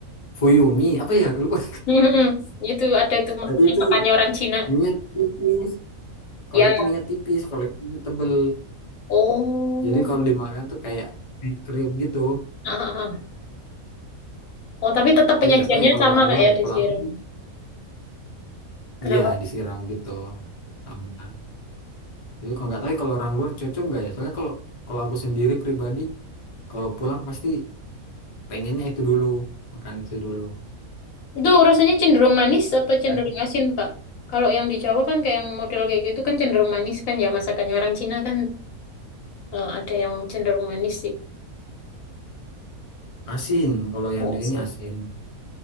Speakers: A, on the left; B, on the left.
A: Fuyumi apa ya? Lupa.
B: Hmm, itu ada
A: <laughs>
B: itu mak-
A: Tapi
B: masakannya
A: itu
B: orang Cina.
A: minyak tipis. Kalau
B: Ya.
A: itu minyak tipis, kalau itu minyak tebel.
B: Oh.
A: Jadi kalau dimakan tuh kayak dikriuk gitu.
B: Ah, ah, ah. Oh, tapi tetap
A: Tapi
B: penyajiannya
A: nggak tahu ya kalau
B: sama
A: orang
B: kak
A: luar
B: ya
A: ya.
B: di
A: Kalau
B: sini.
A: aku
B: Kenapa?
A: ya disiram gitu. Sama. Tapi kalau nggak tahu ya kalau orang luar cocok nggak ya? Soalnya kalau kalau aku sendiri pribadi, kalau pulang pasti pengennya itu dulu, makan itu dulu.
B: Itu rasanya cenderung manis atau cenderung
A: Kan
B: asin kak? Kalau yang di Jawa kan kayak yang model kayak gitu kan cenderung manis kan ya masakannya orang Cina kan eh, ada yang cenderung manis sih.
A: Asin, kalau
B: Oh,
A: yang di
B: asin.
A: sini asin.